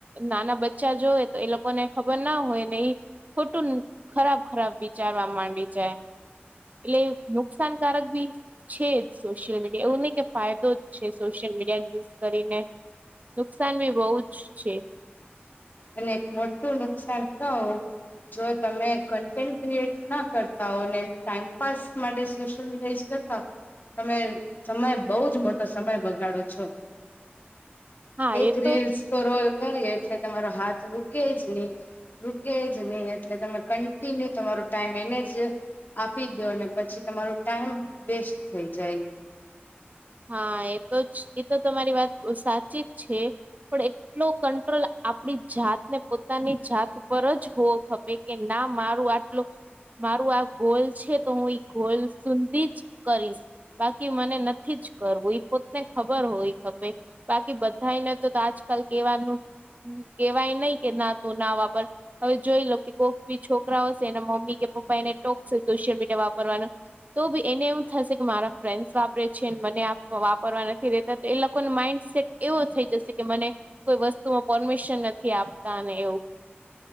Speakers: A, on the right (about 40°); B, on the left (about 50°).
A: નાના બચ્ચા જોય તો એ લોકો ને ખબર ના હોય ને એ ખોટું ખરાબ ખરાબ વિચારવા માંડી જાય એટલે નુકસાનકારક બી છે જ સોશિયલ મીડિયા એવું નહી કે ફાયદો જ છે સોશિયલ મીડિયા યુઝ કરીને નુકસાન બી બહુ જ છે
B: અને એક મોટું નુકસાન થું જો તમે કન્ટેન્ટ ક્રિએટ ના કરતા હો ને ટાઈમપાસ માટે સોશિયલ મીડિયા યુઝ ક તમે સમય બોહ જ મોટો સમય બગાડો છો
A: હા
B: એક
A: એ તો
B: રીલ્સ સ્ક્રોલ કરીએ એટલે તમારો હાથ રૂકે જ નહી રૂકે જ નહી એટલે તમે કન્ટિન્યુ તમારો ટાઈમ એને જ આપી દો ને પછી તમારો ટાઈમ વેસ્ટ થઈ જાય
A: હા એ તો જ એ તો તમારી વાત સાચી જ છે પણ એટલો કંટ્રોલ આપણી જાતને પોતાની જાત ઉપર જ હોવો ખપે કે ના હા મારું આટલું મારું આ ગોલ છે તો હું ઈ ગોલ સુધી જ કરીશ બાકી મને થી જ કરવું એ પોતને ખબર હોય ખે બાકી બધાને તો આજકાલ કેવાનું કેવાય નહી કે ના તું ના વાપર હવે જોઈ લો કે કોઈક બી છોકરા હશે એને મમ્મી કે પપ્પા એને ટોક સોશિયલ મીડિયા વાપરવાનું તો બી એને એમું થશે કે મારા ફ્રેન્ડસ વાપરે છે છે મને વાપરવા નથી રેતા તો એ લોકોનો માઈન્ડસેટ એવો થઈ જશે કે મને કોઈ વસ્તુ તો પરમિશન નથી આપતા અને એવું